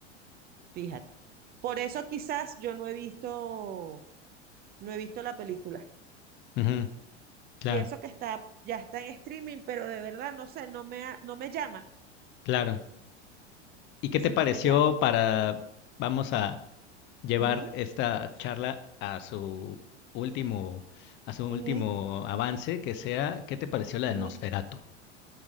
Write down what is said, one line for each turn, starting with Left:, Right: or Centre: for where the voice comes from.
Right: fíjate. Por eso quizás yo no he visto, no he visto la película.
Left: Ujú, claro,
Right: Y eso que está, ya está en streaming, pero de verdad no sé, no me, ha- no me llama.
Left: claro. ¿Y
Right: Y
Left: qué te
Right: si
Left: pareció
Right: no me llama,
Left: para, vamos a llevar
Right: Ujú,
Left: esta charla a su último, a su último
Right: ujú,
Left: avance, que sea, ¿qué te pareció la
Right: ujú.
Left: de Nosferatu?